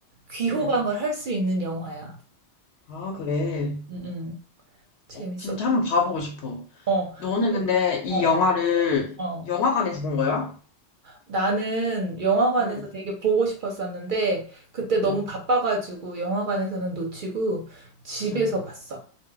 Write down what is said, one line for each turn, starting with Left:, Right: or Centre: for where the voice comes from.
Right: 귀호강을
Left: 응.
Right: 할 수 있는 영화야.
Left: 아, 그래.
Right: 음, 음. 재밌었고요.
Left: 어, 진짜 한번 봐보고 싶어.
Right: 어,
Left: 너는
Right: 근데
Left: 근데
Right: 그-
Left: 이
Right: 어, 어.
Left: 영화를
Right: 어.
Left: 영화관에서 본 거야?
Right: 나는 영화관에서
Left: 응,
Right: 되게 보고 싶었었는데 그때
Left: 응,
Right: 너무 바빠가지고 영화관에서는 놓치고 집에서
Left: 응.
Right: 봤어.